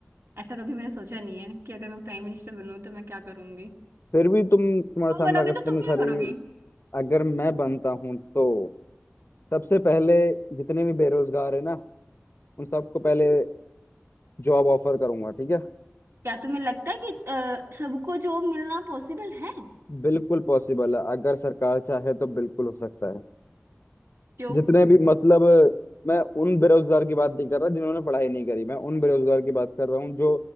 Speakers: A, on the right (about 85°); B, on the left (about 60°).
A: ऐसा कभी मैंने सोचा नहीं है कि अगर मैं प्राइम मिनिस्टर बनूं तो मैं क्या करूंगी
B: फिर भी तुम तुम्हारे
A: तुम
B: सामने
A: बनोगे
B: अगर इतनी
A: तो तुम
B: सारी
A: क्या करोगे
B: अगर मैं बनता हूँ तो सबसे पहले जितने भी बेरोजगार है ना उन सबको पहले जॉब ऑफर करूंगा ठीक है
A: क्या तुम्हें लगता है कि अ, सबको जॉब मिलना पॉसिबल है
B: बिल्कुल पॉसिबल है अगर सरकार चाहे तो बिल्कुल हो सकता है
A: क्यों
B: जितने भी मतलब मैं उन बेरोजगार की बात नहीं कर रहा जिन्होंने पढ़ाई नहीं करी मैं उन बेरोजगार की बात कर रहा हूँ जो